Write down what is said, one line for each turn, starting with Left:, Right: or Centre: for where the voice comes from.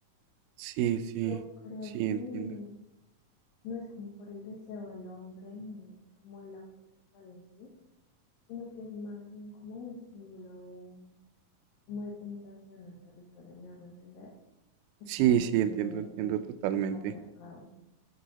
Right: sí, sí,
Left: Yo creo
Right: sí,
Left: que
Right: entiendo,
Left: mm, no es como por el deseo del hombre ni como el acto sexual en sí, sino que es más bien como un símbolo de, como de penetración al territorio, me hago entender. Es
Right: sí,
Left: como
Right: sí,
Left: un símbolo
Right: entiendo,
Left: de,
Right: entiendo
Left: de,
Right: totalmente,
Left: de patriarcado.